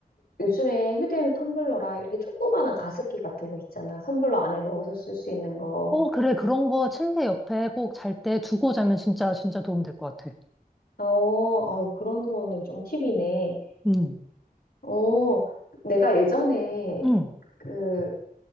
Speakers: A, on the left (about 75°); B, in the centre.
A: 요즘에 휴대용 텀블러랑 이렇게 조그만한 가습기 같은 거 있잖아. 텀블러 안에 넣어서 쓸 수 있는 거.
B: 어, 그래. 그런 거 침대 옆에 꼭 잘 때 두고 자면 진짜, 진짜 도움 될 것 같아.
A: 어, 어, 그런 거는 좀 팁이네.
B: 응,
A: 어, 내가 예전에
B: 응.
A: 그,